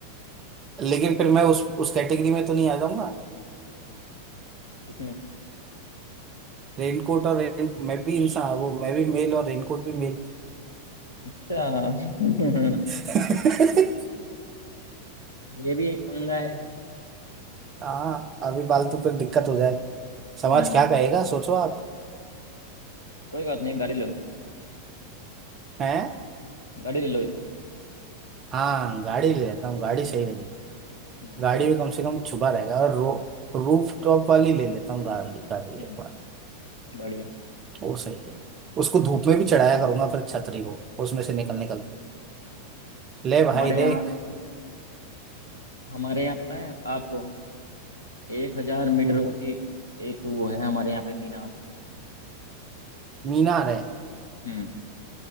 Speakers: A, on the right (about 30°); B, on the left (about 75°).
A: लेकिन फिर मैं उस उस कैटेगरी में तो नहीं आ जाऊंगा
B: किसमें
A: रेनकोट और रेन मैं भी इंसान वो मैं भी मेल और रेनकोट भी मेल
B: अच्छा <laughs>
A: <laughs>
B: ये भी एक पंगा है
A: हाँ अभी फालतू पे दिक्कत हो जाए समाज
B: हम्म
A: क्या कहेगा सोचो आप
B: कोई बात नहीं एक गाड़ी ले लो फिर
A: हैं
B: गाड़ी ले लो एक
A: हाँ गाड़ी ले लेता हूँ गाड़ी सही रहेगी
B: हम्म
A: गाड़ी में कम से कम छुपा रहेगा और रो रूफ टॉप वाली ले लेता हूँ गाड़ी गाड़ी
B: हम्म
A: एक बार
B: बढ़िया
A: वो सही है उसको धूप में भी चढ़ाया करूंगा फिर छतरी को उसमें
B: हम्म।
A: से निकल निकल के ले भाई
B: हमारे
A: देख
B: यहाँ हमारे यहाँ पता है आपको एक हजार मीटर
A: हम्म,
B: ऊंची एक वो है हमारे यहाँ पे मीनार
A: मीनार है
B: हम्म,